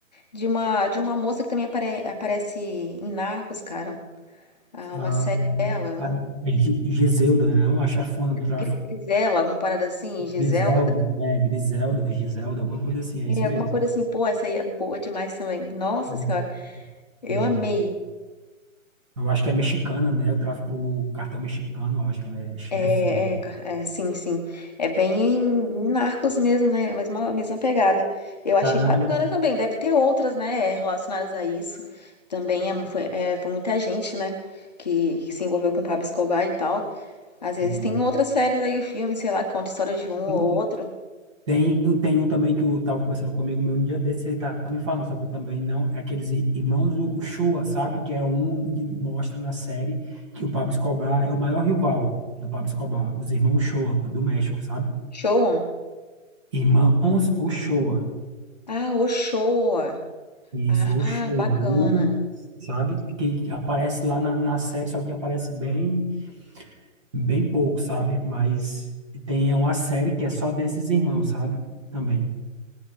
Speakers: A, on the left (about 30°); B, on the right (about 20°).
A: De uma, de uma moça que também apare- aparece em Narcos, cara. Ah, uma
B: A,
A: série dela,
B: a
A: não,
B: Gi- Giselda, né? Não, A chefona do tráfico.
A: Gri- Grisela, alguma parada assim, Giselda.
B: Griselda, né? Griselda, Giselda, alguma coisa assim, é
A: É,
B: isso
A: alguma
B: mesmo.
A: coisa assim, pô, essa aí é boa demais também. Nossa
B: né?
A: senhora, eu
B: E é,
A: amei.
B: eu acho que é mexicana, né? O tráfico, o cartão mexicano, eu acho que ela é chefe,
A: É,
B: se eu não me
A: é,
B: engano.
A: ca- é, sim, sim. É bem em Narcos mesmo, né? É A mesma, a mesma pegada. Eu achei
B: Caramba,
A: bacana também. Deve ter outras, né, relacionadas a isso. Também é, mu- foi, é, foi muita gente, né, que se envolveu com Pablo Escobar e tal. Às vezes
B: sim,
A: tem outras séries aí, filmes, sei lá, que conta a história de um
B: sim.
A: ou outro.
B: Tem, tem um também que eu estava conversando comigo meu um dia desse, ele estava me falando, só que eu também não, é aqueles i- irmãos o Uchoa, sabe? Que é um que mostra na série que o Pablo Escobar é o maior rival do Pablo Escobar, os irmãos Uchoa do México, sabe?
A: Show?
B: Irmãos Uchoa,
A: Ah, o Showa.
B: isso,
A: Ah,
B: Uchoa,
A: bacana.
B: U, sabe? Que aparece lá na, na série, só que aparece bem, bem pouco, sabe? Mas tem é uma série que é só desses irmãos, sabe? Também.